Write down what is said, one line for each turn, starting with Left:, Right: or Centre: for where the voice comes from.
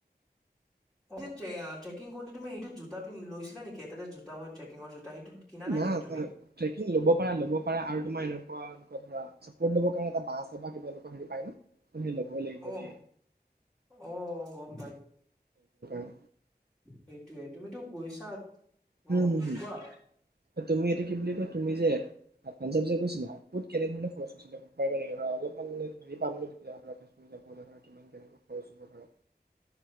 Centre: যে ট্ৰেকিং তুমি সেইটো জোটা লৈছিলা নেকি এটাতে জোতা ট্ৰেকিঙৰ জোতা কিনা নাই
Right: জা
Centre: নেকি তুমি
Right: জা ট্ৰেকিঙ লব পাৰা লব পাৰা আৰু তোমাৰ এনেকুৱা <unintelligible> ল'বই লাগিব
Centre: অ
Right: দে
Centre: অ গম
Right: <unintelligible>
Centre: সেইটোৱে তুমিতো গৈছা। অ
Right: উম হম হম
Centre: কোৱা
Right: তুমি এইতিটো কি বুলি কয় তুমি যে পাঞ্জাৱ যে গৈছিলা ক'ত কেনেধৰণ খৰচ হৈছিলে <unintelligible> নেকি ধৰা অলপমান মানে হেৰি পামনো তেতিয়া ধৰা কাশ্মীৰ যাবলে ধৰা কিমান কেনেকৈ খৰচ হ'ব ধৰা